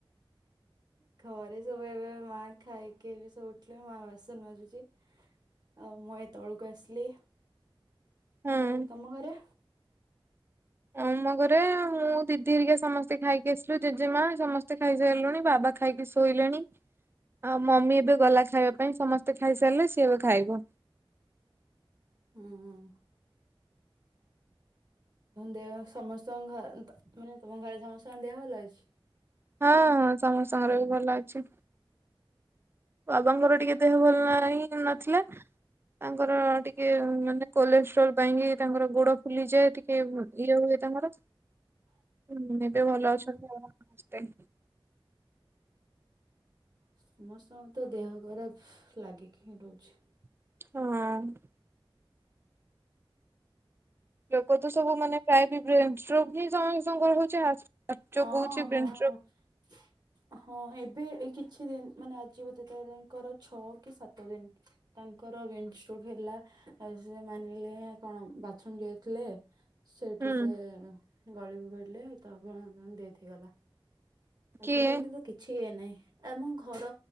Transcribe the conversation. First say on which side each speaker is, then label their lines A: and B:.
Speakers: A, on the right (about 45°); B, on the right (about 25°).
A: ଘରେ ସବୁ ଏବେ ମାଆ ଖାଇକି ଏବେ ସବୁ ଉଠିଲେ ମା ବାସନ ମାଜୁଛି। ଆ ମୁଁ ଏଇ ତଳକୁ ଆସିଲି।
B: ହୁଁ।
A: ଆଉ ତମ ଘରେ?
B: ଆମ ଘରେ ମୁଁ ଦିଦି ହେରିକା ସମସ୍ତେ ଖାଇକି ଆସିଲୁ ଜେଜେମା ସମସ୍ତେ ଖାଇସାରିଲୁଣି। ବାବା ଖାଇକି ଶୋଇଲେଣି। ଆଉ ମମି ଏବେ ଗଲା ଖାଇବା ପାଇଁ ସମସ୍ତେ ଖାଇସାରିଲେ ସିଏ ଏବେ ଖାଇବ।
A: ହୁଁ ହୁଁ। ଦେହ ସମସ୍ତଙ୍କ ଘ ମାନେ ତମ ଘରେ ସମସ୍ତଙ୍କ ଦେହ ଭଲ ଅଛି?
B: ହଁ-ହଁ ସମସ୍ତଙ୍କର ବି ଭଲ ଅଛି। ବାବାଙ୍କର ଟିକେ ଦେହ ଭଲ ନାହିଁ ନଥିଲା। ତାଙ୍କର ଟିକେ ମାନେ କୋଲେଷ୍ଟ୍ରୋଲ ପାଇଁକି ତାଙ୍କର ଗୋଡ ଫୁଲିଯାଏ ଟିକେ। କେ ଇଏ ହୁଏ ତୁମର।
A: <inaudible>
B: ହୁଁ ଏବେ
A: ଓହୋ
B: ଭଲ ଅଛନ୍ତି ଆମର ସମସ୍ତେ।
A: ସମସ୍ତଙ୍କର ତ ଦେହ ଖରାପ ଲାଗିକି ହିଁ ରହୁଛି।
B: ହଁ। ଲୋକ ତ ସବୁ ମାନେ ପ୍ରାୟ ବି ବ୍ରେନଷ୍ଟ୍ରୋକ୍ ହିଁ ସମ ର ହଉଚି ହାର୍ଟଚୋକ୍
A: ହଁ
B: ହଉଚି,
A: ହଁ
B: ବ୍ରେନଷ୍ଟ୍ରୋକ
A: <inaudible> ହଁ ଏବେ ଏ କିଛି ଦିନ ମାନେ ଆଜି ବୋଧେ ତାହେଲେଙ୍କର ଛଅ କି ସାତ ଦିନ। ତାଙ୍କର ବ୍ରେନ ଷ୍ଟ୍ରୋକ ହେଲା। ଆଉ ସେ ମାନିଲେ କଣ ବାଥରୁମ ଯାଇଥିଲେ ସେଇଠି
B: ହୁଁ
A: ସେ ଗଳିକୁ ଗଳିଲେ ତାପରେ ଡେଥ ହେଇ ଗଲା। ଆଜିକାଲି
B: କିଏ
A: ତ କି ଛି ଇଏ ନାହିଁ ଆମ ଘର